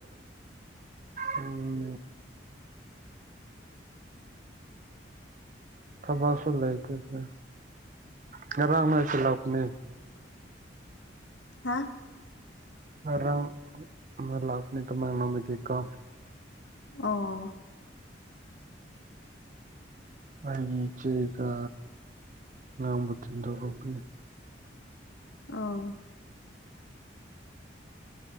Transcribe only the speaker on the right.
ꯎꯝ ꯊꯕꯛꯁꯨ ꯂꯩꯥꯏꯇꯦꯅꯦ ꯉꯔꯥꯡ ꯃꯣꯏꯁꯤ ꯂꯥꯛꯄꯅꯤ
ꯉꯔꯥꯡ ꯑꯃ ꯂꯥꯛꯄꯅꯦꯑꯣꯅꯥꯗꯀꯥ
ꯑꯩꯒꯤ ꯏꯆꯦꯒ ꯉꯥꯡꯕꯨ ꯇꯤꯟꯗꯣꯔꯛꯄꯅꯦ